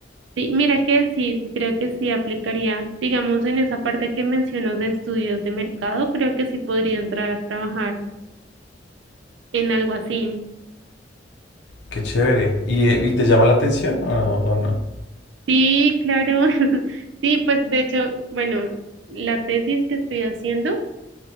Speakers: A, on the right; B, on the left.
A: Sí, mira que sí, sí, creo que sí aplicaría, digamos, en esa parte que mencionas de estudios de mercado, creo que sí podría entrar a trabajar en algo así.
B: Qué chévere. ¿Y, eh, y te llama la atención o no? o no?
A: Sí, claro. <laughs> Sí, pues de hecho, bueno, la tesis que estoy haciendo